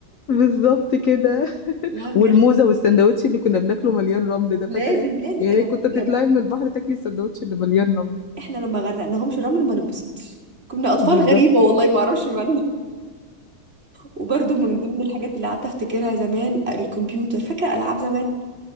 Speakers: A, on the left (about 70°); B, on the right (about 35°).
A: بالظبط كده
B: <laughs> لا
A: والموزه
B: بجد
A: والسندوتش اللي كنا بناكله مليان رمل ده
B: لازم
A: فاكراه
B: لازم
A: يعني كنت تطلعي
B: لما
A: من البحر تاكلي السندوتش اللي مليان رمل
B: احنا لما غرقناهمش رمل ما نبسطش كنا اطفال
A: بالظبط
B: غريبه والله ما اعرفش مالنا وبرضو من ضمن الحاجات اللي قعدت افتكرها زمان الكمبيوتر فاكره العاب زمان